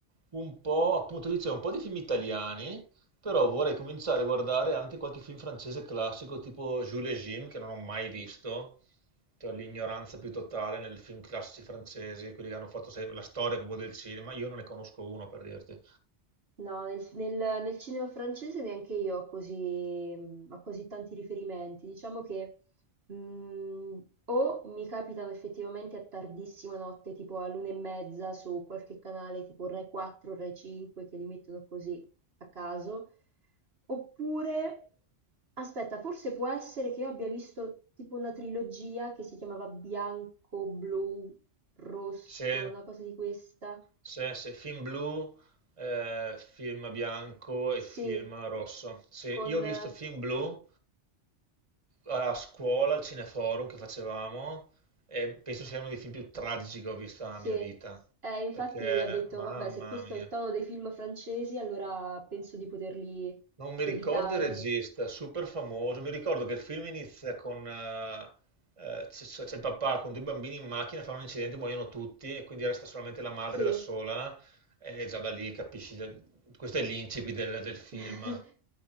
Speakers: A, on the right; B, on the right.
A: un po', appunto dicevo, un po' di film italiani, però vorrei cominciare a guardare anche qualche film francese classico tipo Jules et Jim che non ho mai visto, cioè l'ignoranza più totale nel film classici francesi, quelli che hanno fatto se- la storia proprio del cinema, io non ne conosco uno per dirti.
B: No, nel, nel- nel cinema francese neanche io ho così, mm, ho così tanti riferimenti. Diciamo che mh, o mi capitano effettivamente a tardissima notte, tipo all'una e mezza su qualche canale tipo Rai 4, Rai 5, che li mettono così a caso, oppure, aspetta, forse può essere che io abbia visto tipo una trilogia che si chiamava Bianco, Blu, Rosso,
A: Sì,
B: una cosa di questa.
A: sì, sì, film blu, eh, film bianco e film
B: Sì,
A: rosso. Sì,
B: con
A: io ho visto
B: eh,
A: film blu a scuola, al Cineforum che facevamo, e penso sia uno dei film più tragici che ho visto nella
B: Sì,
A: mia vita,
B: eh, infatti
A: perché,
B: ha detto,
A: mamma
B: vabbè, se questo
A: mia.
B: è il tono dei film francesi, allora penso di poterli
A: Non mi
B: evitare.
A: ricordo il regista, super famoso. Mi ricordo che il film inizia con... eh, eh, c'è c'è- c'è il papà con due bambini in macchina, fanno un incidente, muoiono tutti e quindi resta solamente la madre
B: Sì,
A: da sola e già da lì capisci... da- Questo è l'incipit del, del film.
B: <laughs>